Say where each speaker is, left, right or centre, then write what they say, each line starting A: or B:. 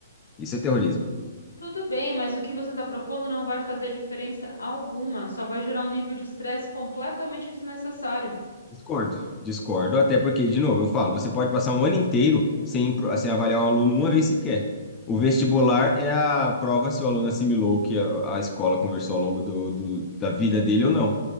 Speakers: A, on the left; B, on the left.
A: Isso é terrorismo.
B: tudo bem, mas o que você está propondo não vai fazer diferença alguma. Só vai gerar um nível de estresse completamente desnecessário.
A: Discordo. Discordo, até porque, de novo, eu falo, você pode passar um ano inteiro sem, pro- sem avaliar o aluno uma vez sequer. O vestibular é a prova se o aluno assimilou o que a, a escola conversou ao longo do, do- da vida dele ou não.